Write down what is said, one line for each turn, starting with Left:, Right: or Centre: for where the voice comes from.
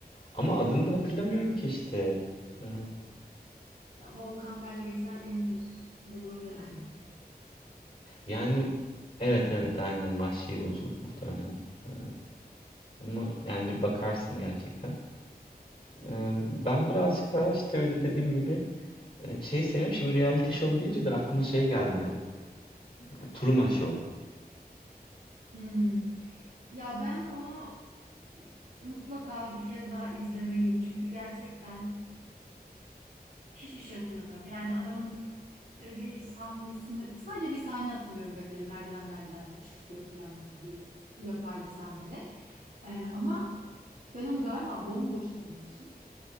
Left: Ama adını da hatırlamıyorum ki işte. Ee,
Right: Ya volkan belgesel enter bulur yani. <laughs>
Left: yani evet evet aynen vahşi yolculuk muhtemelen. Ee, ama yani bir bakarsın gerçekten. Ee, ben birazcık daha işte öyle dediğim gibi e, şey seviyorum. Şimdi reality show deyince de aklıma şey geldi. E, Truman Show.
Right: Hmm. Ya ben onu mutlaka bir kez daha izlemeliyim. Çünkü gerçekten Hiçbir şey hatırlamıyorum. Yani adamın e, bir sahnesini sadece bir sahne hatırlıyorum böyle merdivenlerden çıkıyor falan bir yapay bir sahnede. Ee, ama ben onu galiba bomboş izlemişim.